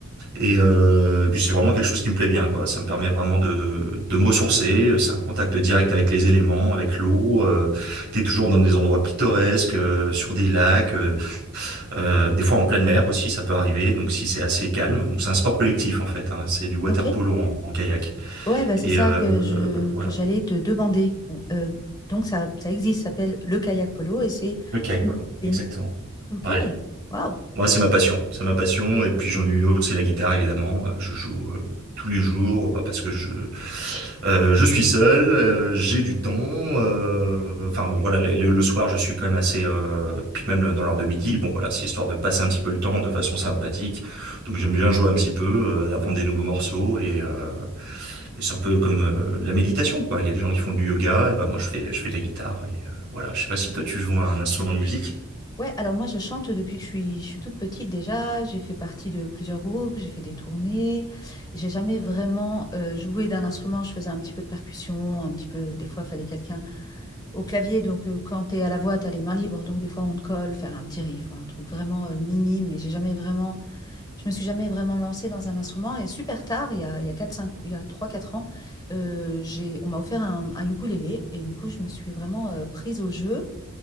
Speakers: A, on the right; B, on the left.
A: Et, euh, et puis c'est vraiment quelque chose qui me plaît bien, quoi. Ça me permet vraiment de, de me ressourcer. C'est un contact direct avec les éléments, avec l'eau. Euh, t'es toujours dans des endroits pittoresques, euh, sur des lacs, euh, euh, des fois en pleine mer aussi, ça peut arriver. Donc si c'est assez calme, donc c'est un sport collectif en fait. Hein. C'est du water
B: Ok.
A: polo en, en kayak
B: Ouais, bah c'est
A: et
B: ça
A: euh,
B: que je
A: voilà,
B: que j'allais te demander. Ou, euh, donc ça ça existe, ça s'appelle le kayak polo et c'est
A: le kayak
B: une
A: polo,
B: discipline.
A: exactement.
B: Ok.
A: Ouais.
B: Waouh.
A: Moi, c'est ma passion. C'est ma passion. Et puis j'en ai une autre, c'est la guitare, évidemment. Euh, Je joue euh, tous les jours bah, parce que je, euh, je suis seul, euh, j'ai du temps. euh, Enfin bon, voilà, le, le- le soir, je suis quand même assez... euh, puis même le- dans l'heure de midi, bon voilà, c'est histoire de passer un petit peu le temps de façon sympathique. Donc j'aime bien jouer un petit peu, euh, d'apprendre des nouveaux morceaux. Et, euh, et c'est un peu comme euh, la méditation, quoi. Il y a des gens qui font du yoga, et bah, moi je fais, je fais de la guitare. Et euh, voilà, je sais pas si toi tu joues un instrument de musique.
B: Ouais, alors moi je chante depuis que je suis, je suis toute petite déjà, j'ai fait partie de plusieurs groupes, j'ai fait des tournées, j'ai jamais vraiment euh, joué d'un instrument, je faisais un petit peu de percussion, un petit peu, des fois il fallait quelqu'un au clavier, donc euh, quand t'es à la voix t'as les mains libres, donc des fois on te colle, faire un petit riff, ou un truc vraiment euh, minime, mais j'ai jamais vraiment, je me suis jamais vraiment lancée dans un instrument, et super tard, il y a, il y a quatre cinq, il y a trois quatre ans, euh, j'ai, on m'a offert un, un ukulélé, et du coup je me suis vraiment euh, prise au jeu.